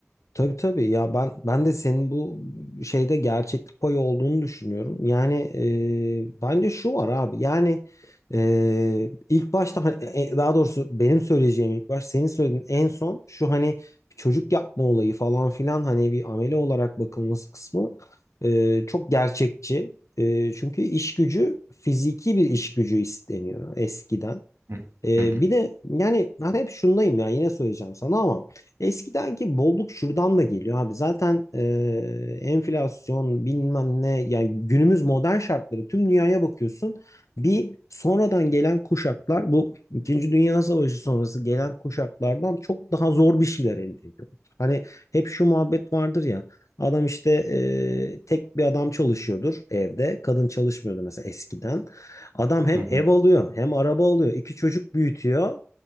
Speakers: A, on the left; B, on the right.
A: Tabii tabii ya ben ben de senin bu şeyde gerçeklik payı olduğunu düşünüyorum. Yani e, bence şu var abi yani e, ilk başta hani, e, e, daha doğrusu benim söyleyeceğim ilk baş senin söylediğin en son şu hani çocuk yapma olayı falan filan hani bir amele olarak bakılması kısmı e, çok gerçekçi. E, çünkü iş gücü fiziki bir iş gücü isteniyor eskiden.
B: Hı
A: Ee,
B: hı hı.
A: bir de yani ben hep şundayım ya yine söyleyeceğim sana ama eskidenki bolluk şuradan da geliyor abi. Zaten e, enflasyon bilmem ne yani günümüz modern şartları tüm dünyaya bakıyorsun. Bir sonradan gelen kuşaklar bu İkinci Dünya Savaşı sonrası gelen kuşaklardan çok daha zor bir şeyler elde ediyor. Hani hep şu muhabbet vardır ya adam işte e, tek bir adam çalışıyordur evde kadın çalışmıyordu mesela eskiden. Adam hem
B: hı hı.
A: ev alıyor hem araba alıyor. iki çocuk büyütüyor.